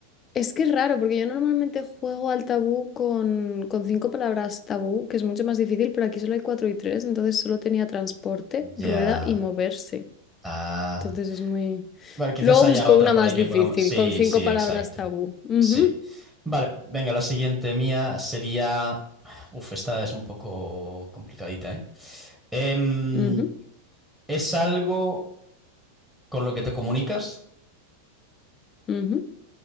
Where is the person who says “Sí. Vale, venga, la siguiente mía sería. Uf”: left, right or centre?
Centre